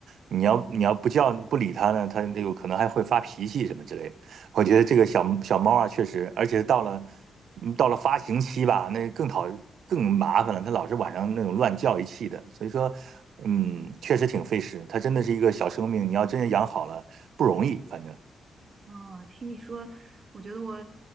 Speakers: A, on the right; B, on the right.
A: 你要你要不叫不理它呢，它它有可能还会发脾气什么之类的。我觉得这个小小猫啊，确实，而且到了嗯到了发情期吧，那更讨更麻烦了，它老是晚上那种乱叫一气的，所以说，嗯，确实挺费时。它真的是一个小生命，你要真是养好了不容易，反正。
B: 哦，听你说，我觉得我